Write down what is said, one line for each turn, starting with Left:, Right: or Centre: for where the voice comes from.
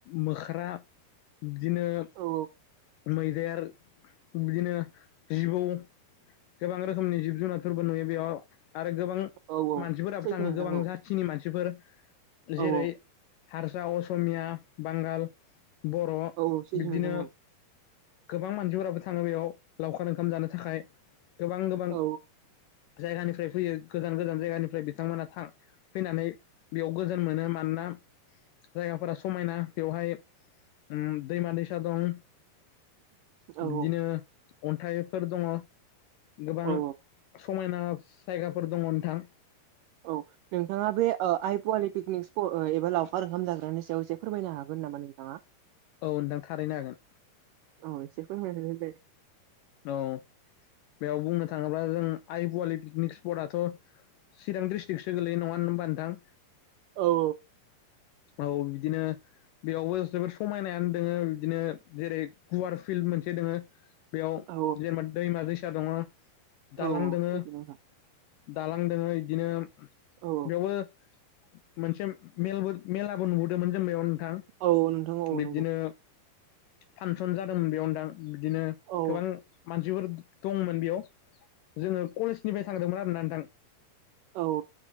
Left: मोख्रा बिब्दिनो
Right: औ
Left: मैदेर बिदिनो जिबौ गोबां रोखोमनि जिब जुनारफोरबो नुयो बेयाव आरो गोबां
Right: औ औ
Left: मानसिफोराबो
Right: सैथो
Left: थाङो
Right: नोंथां
Left: गोबां
Right: औ
Left: जाथिनि मानसिफोर
Right: औ
Left: जेरै हारसा, असमिया, बांगाल, बर'
Right: औ औ सैथो
Left: बिब्दिनो
Right: नोंथां औ
Left: गोबां मानसिफोराबो थाङो बेयाव लावखार ओंखाम जानो थाखाय गोबां गोबां
Right: औ
Left: जायगानिफ्राय फैयो गोजान गोजान जायगानिफ्राय बिथांमोना थां फैनानै बेयाव गोजोन मोनो मानोना जायगाफोरा समायना बेवहाय ओम दैमा दैसा दं
Right: औ औ
Left: बिदिनो अन्थाइफोर दङ गोबां
Right: औ
Left: समायना जायगाफोर दङ नोंथां
Right: औ नोंथाङा बे ओ आइ पवालि पिकनिक एबा लावखार ओंखाम जाग्रानि सायाव एसे फोरमायनो हागोन नामा नोंथाङा?
Left: औ नोंथां थारैनो हागोन
Right: औ एसे फोरमायना होलाय
Left: औ बेयाव बुंनो थाङोब्ला जों आइ पवालि पिकनिक स्पटाथ' चिरां डिस्ट्रिक्टसो गोलैयो नङा होमबा नोंथां
Right: औ
Left: औ बिदिनो बेयावबो जोबोद समायनायानो दोङो बिब्दिनो जेरै गुवार फिल्ड मोनसे दोङो बेयाव
Right: औ
Left: जेनेबा दैमा दैसा दङ
Right: औ
Left: दालां
Right: औ
Left: दोङो
Right: फ्रिथिनो मोजां
Left: दालां दोङो इदिनो
Right: औ
Left: बेयावबो मोनसे मेलबो मेलाबो नुबोदोंमोन जों बेयाव थां
Right: औ औ नोंथां औ
Left: बिब्दिनो
Right: नंगौ
Left: फानसन जादोंमोन बेयाव नोंथां बिदिनो
Right: औ
Left: गोबां मानसिफोर दंमोन बेयाव जोङो कलेजनिफ्राय थांदोंमोन आरोना नोंथां
Right: औ औ